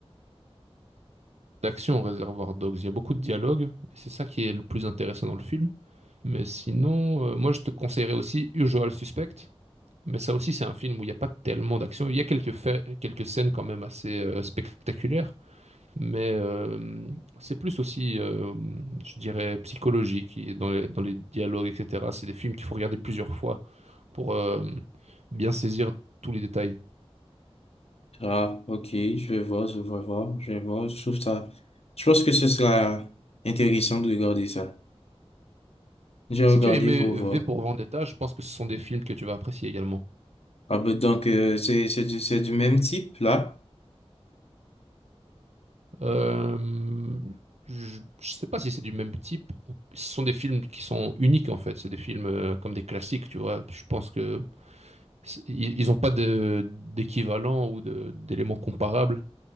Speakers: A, on the right; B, on the left.
A: d'action Reservoir Dogs, il y a beaucoup de dialogues et c'est ça qui est le plus intéressant dans le film. Mais sinon, euh, moi je te conseillerais aussi Usual Suspect. Mais ça aussi, c'est un film où il n'y a pas tellement d'action. Il y a quelques faits, quelques scènes quand même assez euh, spectaculaires. Mais euh, c'est plus aussi, euh, je dirais, psychologique et dans les, dans les dialogues, etc. C'est des films qu'il faut regarder plusieurs fois pour euh, bien saisir tous les détails.
B: Ah, ok, je vais voir, je vais voir, je vais voir. Je trouve ça. Je pense que ce sera intéressant de regarder ça. J'ai
A: Si
B: regardé
A: tu as aimé
B: pour
A: V
B: voir.
A: pour Vendetta, je pense que ce sont des films que tu vas apprécier également.
B: Ah, ben, donc, euh, c'est, c'est du, c'est du même type, là.
A: Euh, je je sais pas si c'est du même type. Ce sont des films qui sont uniques en fait. C'est des films euh, comme des classiques, tu vois. Je pense que c'est- ils n'ont pas de- d'équivalent ou de- d'éléments comparables.